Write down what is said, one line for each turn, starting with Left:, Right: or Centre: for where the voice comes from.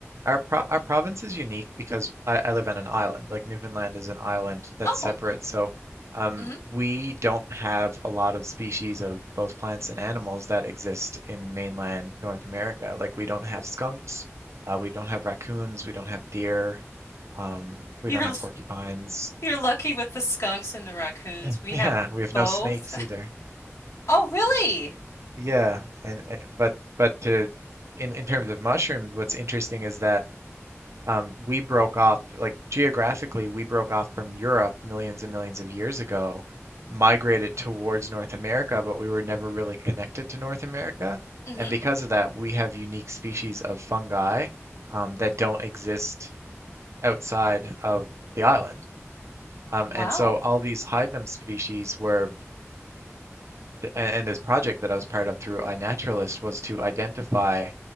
Right: our pro our province is unique because I, I live on an island. Like Newfoundland is an island that's
Left: Oh,
Right: separate, so um,
Left: hmm
Right: we don't have a lot of species of both plants and animals that exist in mainland North America. Like we don't have skunks, uh, we don't have raccoons, we don't have deer, um, we
Left: You're
Right: don't have porcupines.
Left: you're lucky with the skunks and the raccoons.
Right: <laughs> And
Left: We
Right: Yeah,
Left: have
Right: we have
Left: both.
Right: no snakes
Left: <laughs>
Right: either.
Left: Oh, really?
Right: Yeah, and uh, but but to in in terms of mushrooms, what's interesting is that um we broke off like geographically we broke off from Europe millions and millions of years ago, migrated towards North America, but we were never really connected to North America.
Left: hmm
Right: And because of that, we have unique species of fungi um, that don't exist outside of the island. Um,
Left: Wow.
Right: and so all these hydnum species were and, and this project that I was part of through iNaturalist was to identify